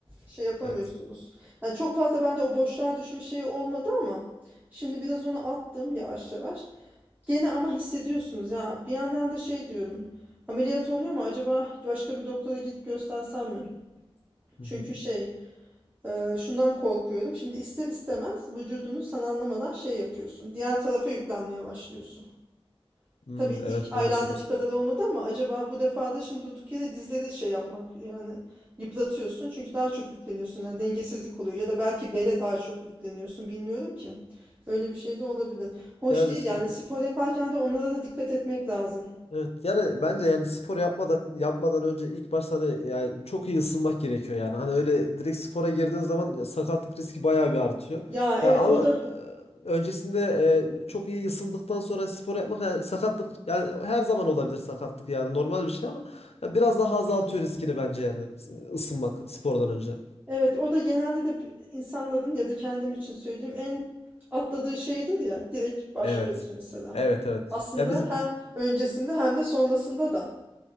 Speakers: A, on the right; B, on the left.
A: Şey yapamıyorsunuz.
B: Evet.
A: Yani çok fazla bende o boşluğa düşme şeyi olmadı ama şimdi biraz onu attım yavaş yavaş. Gene ama hissediyorsunuz ya. Bir yandan da şey diyorum. Ameliyat oluyor mu acaba başka bir doktora gidip göstersem mi?
B: Hı
A: Çünkü
B: hı.
A: şey ee, şundan korkuyorum. Şimdi ister istemez vücudunu sen anlamadan şey yapıyorsun. Diğer tarafa yüklenmeye başlıyorsun.
B: Hmm,
A: Tabii ilk
B: evet
A: aylardaki
B: doğru söylüyorsun.
A: kadar olmadı ama acaba bu defa da şimdi durduk yere dizleri şey yapmak yani yıpratıyorsun. Çünkü daha çok yükleniyorsun yani dengesizlik oluyor ya da belki bele daha çok yükleniyorsun bilmiyorum ki. Öyle bir şey de olabilir. Hoş
B: Yani
A: değil
B: işte
A: yani spor yaparken de onlara da dikkat etmek lazım.
B: Evet yani bence yani spor yapmadan yapmadan önce ilk başta hani yani çok iyi ısınmak gerekiyor yani. Hani öyle direkt spora girdiğin zaman sakatlık riski bayağı bir artıyor.
A: Ya
B: Ya
A: evet
B: ama
A: o da
B: e, öncesinde e, çok iyi ısındıktan sonra spor yapmak yani sakatlık yani her zaman olabilir sakatlık yani normal bir şey ama ya biraz daha azaltıyor riskini bence yani ısınmak spordan önce.
A: Evet, o da genelde de bi- insanların ya da kendim için söyleyeyim en atladığı şeydir ya. Direkt başlıyoruz
B: Evet.
A: mesela.
B: Evet evet.
A: Aslında
B: Ya biz Evet.
A: hem öncesinde hem de sonrasında da